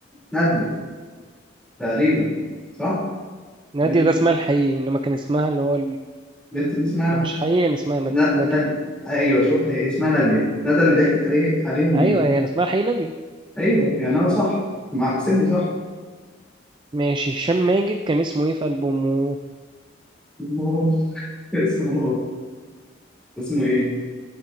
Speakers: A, in the centre; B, on the right.
A: نادية تقريبا صح؟
B: نادية
A: البت
B: ده اسمها الحقيقي انما كان اسمها اللي هو
A: البت دي اسمها
B: اللي مش حقيقي أنا اسمها ند-
A: نا-
B: ندى
A: نادية ايوه شوف هي اسمها نادية ندى اللي ضحكت عليه عليهم بيه
B: أيوة هي أنا اسمها الحقيقي نادية
A: ايوه يعني انا صح ما احسبني صح
B: ماشي هشام ماجد كان اسمه إيه في ألبومه
A: هو- اسمه اسمه ايه؟